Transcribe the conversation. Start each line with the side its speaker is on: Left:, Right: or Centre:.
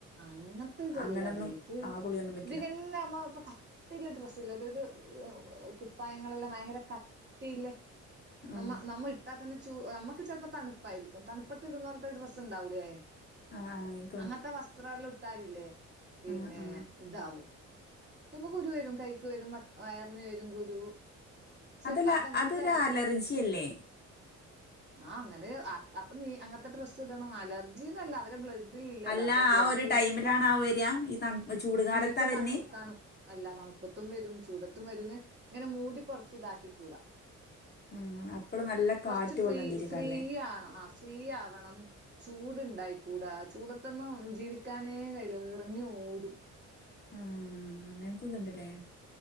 Right: അങ്ങനത്തെ ഇതല്ലത്
Left: അങ്ങനൊന്നും ആ കുളിയൊന്നും പറ്റില്ല
Right: ഇതിങ്ങനെമ്മ ഇപ്പ കട്ടല്ല ഡ്രസ്ല്ല ഒരു ഇത് കുപ്പായങ്ങളെല്ലാം ഭയങ്കര ക ട്ടില്ലേ
Left: ആ
Right: നമ്മ നമ്മ ഇട്ടാ തന്നെ ചൂ നമ്മക്ക് ചെലപ്പോ തണുപ്പായിരിക്കും തണുപ്പത്ത് ഇടുന്നപോലത്തെ ഡ്രസ്ണ്ടാവൂല്ലേ
Left: ആഹ്
Right: അങ്ങനത്തെ വസ്ത്രം എല്ലാം ഇട്ടാലില്ലേ പിന്നെ
Left: ആ ആ
Right: ഇതാവും ചിലപ്പം കുരു വരും കൈക്ക് വരും വയറിനു വരും കുരു പക്ഷെ
Left: അതല
Right: അതങ്ങനത്തെ
Left: അതൊരു അലർജി അല്ലേ
Right: ആഹ് അങ്ങനെ അപ്പൊ നീ അങ്ങനത്തെ ഡ്രസ് ഇടണം അലർജിന്നല്ല അവരെ ബ്ലഡ് ല്ലത
Left: അല്ല
Right: അവരെ ബ്ലഡില്
Left: ആ ഒരു ടൈമിലാണ് ആ വരിക ഈ തണു ചൂട് കാലത്താ
Right: മ് ഇപ്പൊ
Left: വരുന്നേ
Right: തണു തണു അല്ല തണുപ്പത്തും വരും ചൂടത്തും വരും ഇങ്ങനെ മൂതിപൊറച്ചു ഇതാക്കി കൂടാ
Left: ആ അപ്പള് നല്ല
Right: കൊറച്ച്
Left: കാറ്റ്
Right: ഫ്രീ
Left: കൊള്ളേണ്ടിയിരിക്കാല്ലേ
Right: ഫ്രീ ആവണംആഹ് ഫ്രീ ആവണം ചൂട്ണ്ടായിക്കൂടാ ചൂടതൊന്നും ജീവിക്കാനേ കയ്യില്ല ഇറങ്ങി ഓടും
Left: ആഹ് അങ്ങനത്തെതുണ്ടല്ലേ